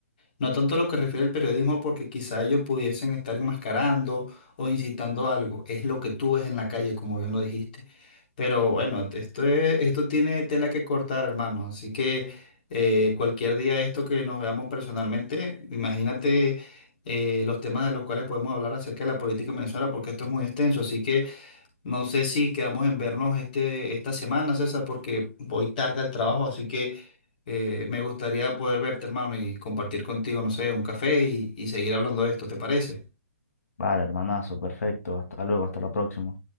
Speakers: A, on the left; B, on the left.
A: No tanto lo que refiere al periodismo, porque quizá ellos pudiesen estar enmascarando o incitando a algo. Es lo que tú ves en la calle, como bien lo dijiste. Pero bueno, esto es, esto tiene tela que cortar, hermano. Así que eh, cualquier día de esto que nos veamos personalmente, imagínate eh, los temas de los cuales podemos hablar acerca de la política en Venezuela, porque esto es muy extenso. Así que no sé si quedamos en vernos este, esta semana, César, porque voy tarde al trabajo, así que eh, me gustaría poder verte, hermano, y compartir contigo, no sé, un café y, y seguir hablando de esto, ¿te parece?
B: Vale, hermanazo, perfecto. Hasta luego, hasta la próxima.